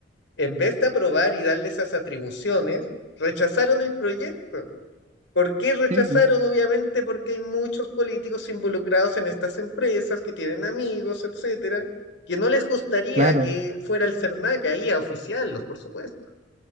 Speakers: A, on the left; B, on the right.
A: en vez de aprobar y darle esas atribuciones, rechazaron el proyecto. ¿Por qué rechazaron?
B: sí, po,
A: Obviamente porque hay muchos políticos involucrados en estas empresas que tienen amigos, etcétera, que no les gustaría
B: claro.
A: que fuera el CERNAC ahí a oficiarlos, por supuesto.